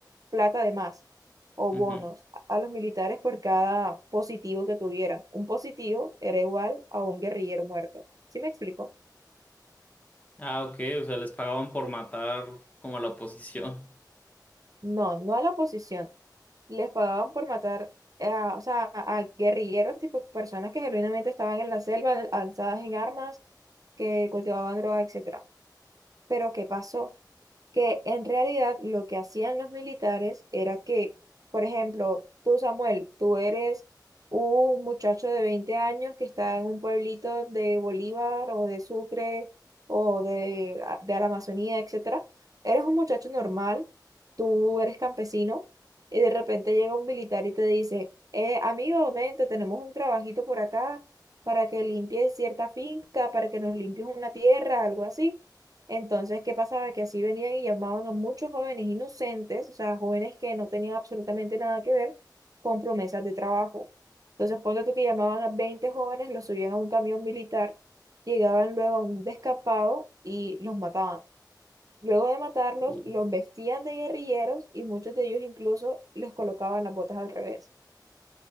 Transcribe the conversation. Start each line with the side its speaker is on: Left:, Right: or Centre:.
Right: plata de más o
Left: Ujú.
Right: bonos a los militares por cada positivo que tuvieran. Un positivo era igual a un guerrillero muerto. ¿Sí me explico?
Left: Ah, ok, o sea, les pagaban por matar como a la oposición.
Right: No, no a la oposición les pagaban por matar a, o sea, a guerrilleros, tipo personas que genuinamente estaban en la selva, alzadas en armas, que cultivaban droga, etcétera. Pero ¿qué pasó? que en realidad lo que hacían los militares era que, por ejemplo, tú Samuel, tú eres un muchacho de 20 años que está en un pueblito de Bolívar o de Sucre o de, ah, de la Amazonía, etcétera. Eres un muchacho normal, tú eres campesino y de repente llega un militar y te dice, eh, amigo, vente, tenemos un trabajito por acá para que limpies cierta finca, para que nos limpies una tierra, algo así. Entonces, ¿qué pasaba? Que así venían y llamaban a muchos jóvenes inocentes, o sea, jóvenes que no tenían absolutamente nada que ver con promesas de trabajo. Entonces, ponte tú que llamaban a 20 jóvenes, los subían a un camión militar, llegaban luego a un descampado y los mataban. Luego de matarlos,
Left: Uf,
Right: los vestían de guerrilleros y muchos de ellos incluso les colocaban las botas al revés.